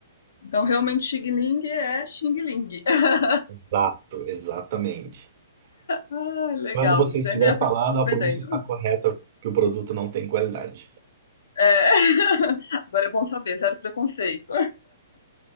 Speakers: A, on the left; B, on the right.
A: então realmente Xing Ling é Xing Ling. <laughs>
B: Exato, exatamente.
A: Ah, legal,
B: Quando você
A: vivendo
B: estiver
A: e aprendendo.
B: falando, a pronúncia está correta, que o produto não tem qualidade.
A: É. <laughs> Agora é bom saber, zero preconceito.